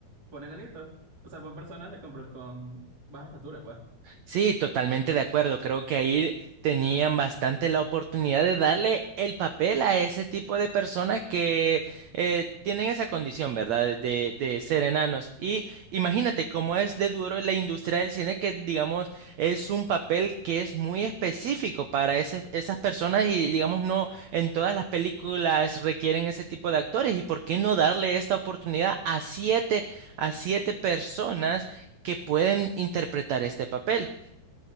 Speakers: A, on the right; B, on the right.
A: pon enanitos. O sea, pon personas de- con, pro- con baja estatura, pues.
B: Sí, totalmente de acuerdo. Creo que ahí tenían bastante la oportunidad de darle el papel a ese tipo de personas que eh, tienen esa condición, ¿verdad? De, de ser enanos. Y imagínate cómo es de duro la industria del cine, que digamos es un papel que es muy específico para ese- esas personas y digamos no en todas las películas requieren ese tipo de actores. ¿Y por qué no darle esta oportunidad a siete, a siete personas? que pueden interpretar este papel.